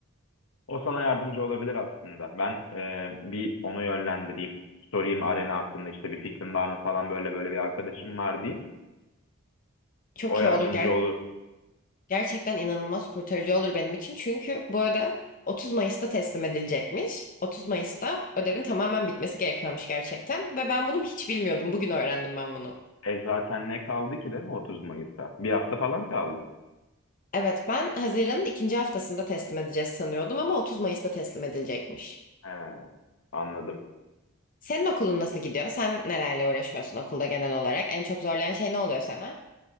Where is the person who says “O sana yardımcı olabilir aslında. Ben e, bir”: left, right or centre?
Left